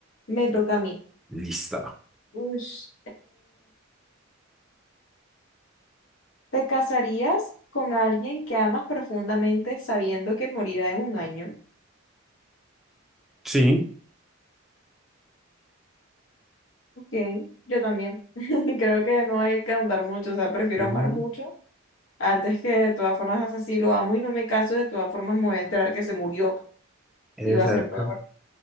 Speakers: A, on the left (about 70°); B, in the centre.
A: me toca a mí.
B: Listo.
A: Ush, ¿Te casarías con alguien que amas profundamente sabiendo que morirá en un año?
B: Sí.
A: Ok, yo también. <laughs> Creo que no hay que ahondar mucho, o sea, prefiero
B: ujú,
A: amar mucho antes que de todas formas, así lo amo y no me caso, de todas formas me voy a enterar que se murió
B: Exacto.
A: y va a ser peor.